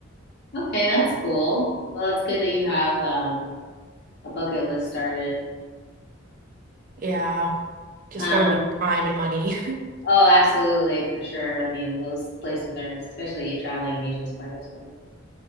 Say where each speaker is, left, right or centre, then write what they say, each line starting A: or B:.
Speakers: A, on the left; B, on the right.
A: Okay, that's cool. Well, it's good that you have um a bucket list started.
B: Yeah, just
A: Um,
B: gotta make time and money. <laughs>
A: oh, absolutely, for sure. I mean, those places are, especially traveling in Asia, is quite expensive.